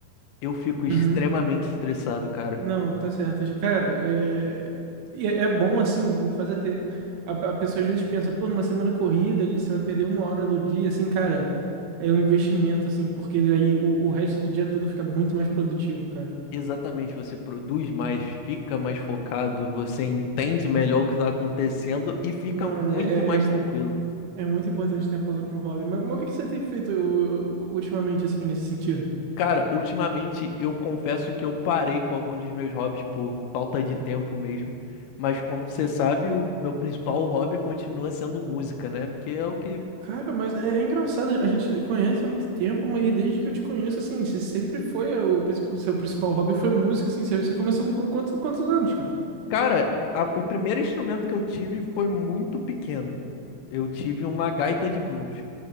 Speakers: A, on the left (about 80°); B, on the right (about 75°).
A: eu fico extremamente
B: Uhum.
A: estressado, cara.
B: Não, tá certo. Cara, é, e é, é bom assim, fazer ter. A, a pessoa às vezes pensa, pô, numa semana corrida ali, você vai perder uma hora do dia, assim, cara, é um investimento, assim, porque daí o, o resto do dia todo fica muito mais produtivo, cara.
A: Exatamente, você produz mais, fica mais focado, você entende melhor o que está acontecendo e fica
B: Não,
A: muito
B: né? É,
A: mais
B: é, mu-
A: tranquilo.
B: é muito importante ter a pausa pro hobby. Mas, mas o que que você tem feito ô, ô, ultimamente, assim, nesse sentido?
A: Cara, ultimamente eu confesso que eu parei com alguns dos meus hobbies por falta de tempo mesmo, mas como você sabe, o meu principal hobby continua sendo música, né? Porque é o que.
B: Cara, mas é, é engraçado, a gente conhece há muito tempo, mas e desde que eu te conheço, assim, você sempre foi o principal, seu principal hobby foi música, assim, você, você começou com qu- quantos, quantos anos, cara?
A: Cara, a- o primeiro instrumento que eu tive foi muito pequeno. Eu tive uma gaita de blues.